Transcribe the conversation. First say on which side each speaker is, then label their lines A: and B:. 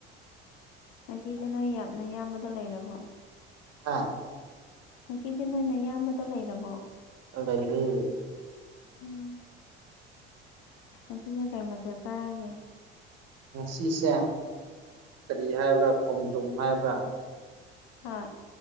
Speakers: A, on the left; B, on the right.
A: ꯉꯁꯤꯁꯦ ꯅꯣꯏ ꯌꯥꯝꯅ ꯏꯌꯥꯝꯕꯗꯣ ꯂꯩꯔꯕꯣ
B: ꯍꯥ
A: ꯉꯁꯤꯁꯦ ꯅꯣꯏꯅ ꯑꯌꯥꯝꯕꯗꯣ ꯂꯩꯔꯕꯣ
B: ꯑꯗ ꯏꯗꯤ
A: ꯎꯝ ꯑꯁꯤꯁꯦ ꯀꯩ ꯃꯊꯦ ꯆꯥꯔꯒꯦ
B: ꯉꯁꯤꯁꯦ ꯀꯔꯤ ꯍꯥꯏꯕ꯭ꯔꯥ ꯈꯣꯡꯗ꯭ꯔꯨꯝ ꯍꯥꯏꯕ꯭ꯔꯥ
A: ꯑꯥ